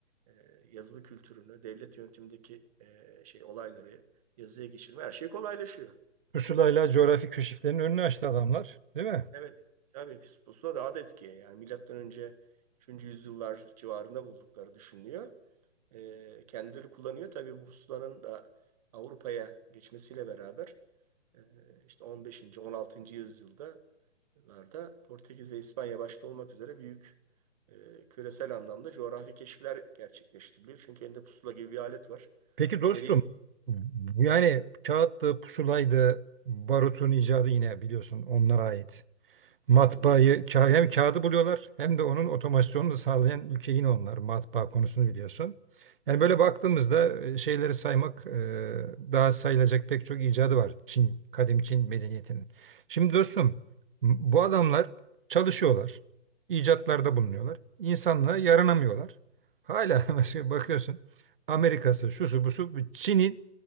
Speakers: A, on the right; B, on the right.
A: e, yazılı kültürünü, devlet yönetimindeki e, şey olayları yazıya geçirme her şey kolaylaşıyor.
B: pusulayla coğrafi keşiflerin önünü açtı adamlar, değil mi?
A: Evet. Tabii pis pusula daha da eski. Yani milattan önce 3. yüzyıllar civarında buldukları düşünülüyor. Ee, kendileri kullanıyor. Tabii bu pusulanın da Avrupa'ya geçmesiyle beraber e, işte 15. 16. yüzyılda larda Portekiz ve İspanya başta olmak üzere büyük e, küresel anlamda coğrafi keşifler gerçekleştiriliyor. Çünkü elinde pusula gibi bir alet var.
B: Peki dostum,
A: Nereye?
B: bu yani kağıttı, pusulaydı, barutun icadı yine biliyorsun onlara ait. matbaayı
A: Hı hı.
B: ka- hem kağıdı buluyorlar hem de onun otomasyonunu sağlayan ülke yine onlar matbaa konusunu biliyorsun. Yani
A: Evet.
B: böyle baktığımızda e, şeyleri saymak e, daha sayılacak pek çok icadı var Çin, kadim Çin medeniyetinin. Şimdi
A: Evet.
B: dostum m- bu adamlar çalışıyorlar, icatlarda bulunuyorlar, insanlığa yaranamıyorlar. Hala <laughs> mesela bakıyorsun Amerika'sı, şusu busu bu Çin'in